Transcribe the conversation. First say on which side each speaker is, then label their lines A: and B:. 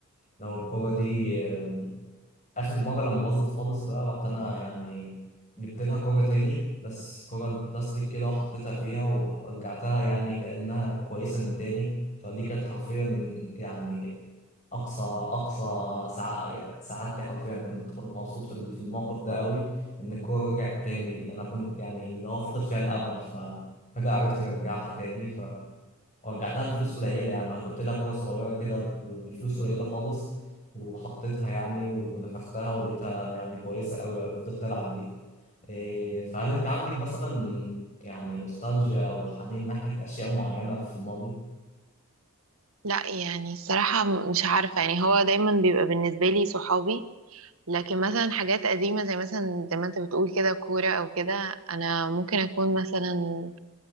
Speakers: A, on the left (about 35°); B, on the right (about 70°).
A: لو الكورة دي آه، اخر مره لما باظت خالص بقى رحت انا يعني جبت لها كوره تاني بس كوره البلاستيك كده وحطيتها فيها ورجعتها يعني كانها كويسه من تاني فدي كانت حرفيا يعني اقصى اقصى سع... سعادتي حرفيا كنت كنت مبسوط في ال- في الموقف ده قوي ان الكوره رجعت تاني انا كنت يعني اللي هو فاقد فيها الامل ف فجأة عرفت ارجعها تاني ورجعتها بفلوس قليلة يعني أنا جبت لها كورة صغيرة كده ب- بفلوس قليلة خالص وحطيتها يعني ونفختها ولقيتها يعني كويسة أوي وفضلت ألعب بيها إيه، فهل أنت عندك مثلا يعني نوستالجيا أو حنين ناحية أشياء معينة في الماضي؟
B: لا يعني الصراحة م- مش عارفة يعني هو دايما بيبقى بالنسبة لي صحابي لكن مثلا حاجات قديمة زي مثلا زي ما انت بتقول كده كورة او كده انا ممكن اكون مثلا